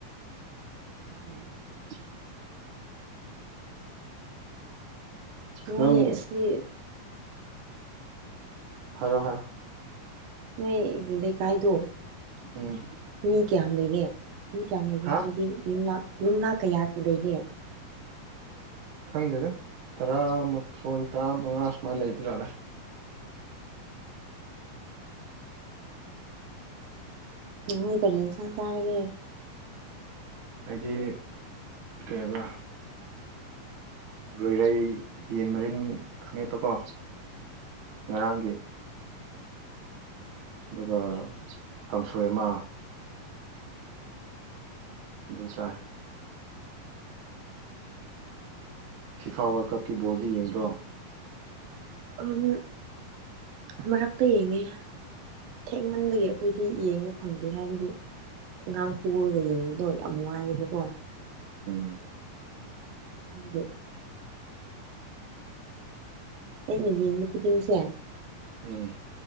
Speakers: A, on the right; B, on the right.
A: ꯎꯝ
B: <inaudible>
A: ꯅꯣꯏ
B: ꯅꯪ
A: ꯑꯁꯤ
B: ꯍꯥꯏꯔꯣ ꯍꯥꯏꯔꯣ
A: ꯅꯣꯏ ꯒꯤ ꯂꯩ ꯀꯥꯏꯗꯣ
B: ꯎꯝ
A: ꯃꯤ ꯀꯌꯥꯝ ꯂꯩꯒꯦ ꯃꯤ ꯀꯌꯥꯝ ꯂꯩꯒꯦ
B: ꯍꯥ
A: ꯍꯥꯏꯕꯗꯤ ꯌꯨꯝ ꯌꯨꯝꯅꯥꯛ ꯀꯌꯥ ꯂꯩꯒꯦ
B: ꯈꯪꯗꯦꯗ ꯇꯔꯥꯃꯥꯊꯣꯏ ꯇꯔꯥꯃꯉꯥ ꯁꯨꯃꯥꯏꯅ ꯂꯩꯕꯖꯥꯠꯂ
A: ꯅꯪꯗꯤ ꯀꯔꯤ ꯏꯟꯁꯥꯡ ꯆꯥꯔꯒꯦ
B: ꯑꯩꯏꯗꯤ ꯀꯩꯌꯦꯕ ꯂꯣꯏꯔꯩ ꯌꯦꯟ ꯃꯔꯤꯟ ꯑꯃꯦꯠꯄꯀꯣ ꯉꯔꯥꯡꯒꯤ ꯑꯗꯨꯒ ꯀꯥꯡꯁꯣꯏ ꯑꯃ ꯗꯨ ꯆꯥꯏ ꯐꯤꯐꯥ ꯋꯥꯔꯜ ꯀꯞꯀꯤ ꯕꯣꯜꯗꯤ ꯌꯦꯡꯗ꯭ꯔꯣ
A: ꯎꯝ ꯃꯔꯛꯇ ꯌꯦꯡꯉꯦ ꯊꯦꯡꯃꯟꯕꯒꯤ ꯑꯩꯈꯣꯏꯗꯤ ꯌꯦꯡꯕ ꯐꯪꯗꯦ ꯍꯥꯏꯕꯗꯤ ꯑꯉꯥꯡ ꯄꯣꯔꯒ ꯌꯦꯡꯕꯗꯣ ꯌꯥꯝ ꯋꯥꯏꯑꯦꯕꯀꯣ
B: ꯎꯝ
A: ꯑꯗꯨꯒꯤ ꯑꯩꯅ ꯌꯦꯡꯕ ꯈꯨꯗꯤꯡꯁꯦ
B: ꯎꯝ